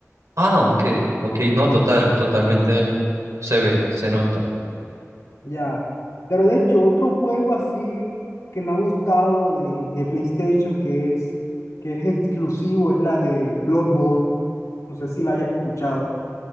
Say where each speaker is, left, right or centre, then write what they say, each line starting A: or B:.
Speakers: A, on the right; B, on the left.
A: Ah, ok, ok, no, total, totalmente se ve, se nota.
B: ya. Pero de hecho, otro juego así que me ha gustado de, de PlayStation, que es, que es exclusivo, es la de Bloodborne. No sé si la hayas escuchado.